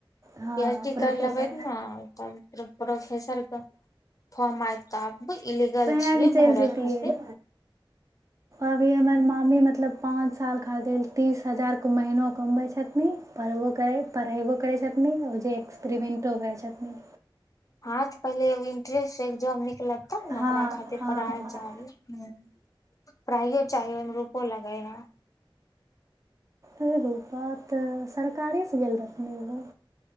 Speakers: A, on the right; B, on the left.
A: हँ
B: पी एच डी
A: प्रोफेसर
B: कर लेबै त ने तब प्रोफेसर फाम आयत अब इलीगल
A: एम
B: छियै
A: चल
B: भरे
A: जेती
B: खातिर
A: है अभी हमर मामी मतलब पाँच साल खातिर तीस हजारके महनो कमबै छथिन पढ़बो कर पढ़ेबो करै छथिन आ जे एक्सपे्रमेन्टो करै छथिन
B: हँ त पहिले ए इंटरस्ट छै जॉब निकलत तब ने
A: हँ
B: ओकरा खातिर
A: हँ
B: पढ़ाइ
A: हँ
B: चाही ह प्रहियो चाहोमे रूपो लगे हा
A: अ रुप तऽ सरकारेसँ गेल रहथिन ओहो